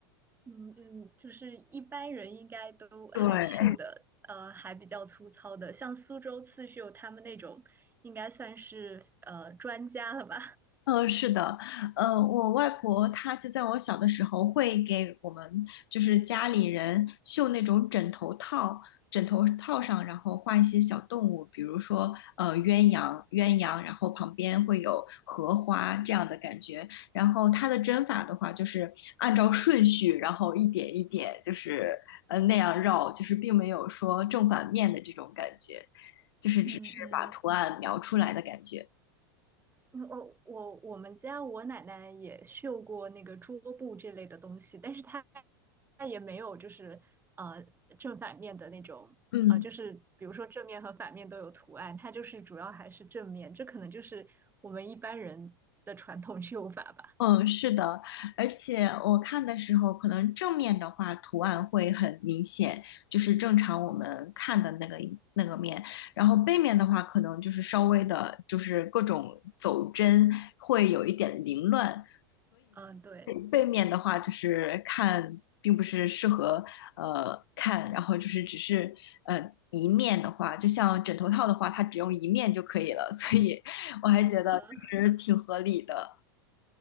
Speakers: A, on the right; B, on the left.
A: 嗯嗯，就是一般人应该都还绣的，
B: 对。
A: 呃，还比较粗糙的，像苏州刺绣他们那种，应该算是呃专家了吧？
B: 呃，是的，呃，我外婆她就在我小的时候会给我们就是家里人绣那种枕头套，枕头套上然后画一些小动物，比如说呃鸳鸯，鸳鸯，然后旁边会有荷花这样的感觉。然后它的针法的话，就是按照顺序，然后一点一点就是呃那样绕，就是并没有说正反面的这种感觉，就是只是把图案描出来的感觉。
A: <laughs> 嗯嗯。嗯我我我们家我奶奶也绣过那个桌布这类的东西，但是她她也没有就是呃正反面的那种呃，
B: 嗯。
A: 就是比如说正面和反面都有图案，它就是主要还是正面，这可能就是我们一般人的传统绣法吧。
B: 嗯，是的，而且我看的时候，可能正面的话图案会很明显，就是正常我们看的那个一那个面，然后背面的话，可能就是稍微的，就是各种走针会有一点凌乱。
A: 嗯，对，
B: 背背面的话，就是看并不是适合呃看，然后就是只是呃一面的话，就像枕头套的话，它只用一面就可以了，所以我还觉得就是挺合理的。
A: 嗯，